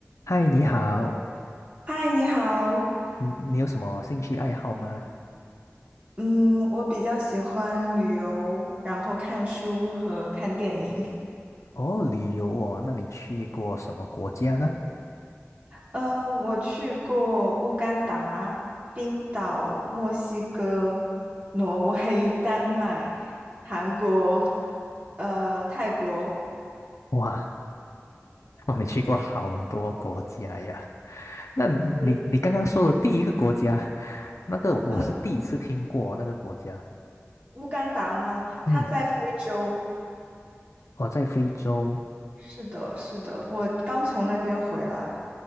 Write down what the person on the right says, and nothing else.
嗨，你好。
嗯，我比较喜欢旅游，然后看书和看电影。
嗯，我去过乌干达、冰岛、墨西哥、挪威、<laughs> 丹麦、韩国，呃，泰国。
嗯，
嗯，乌干达吗？
它在非洲。
是的，是的，我刚从那边回来。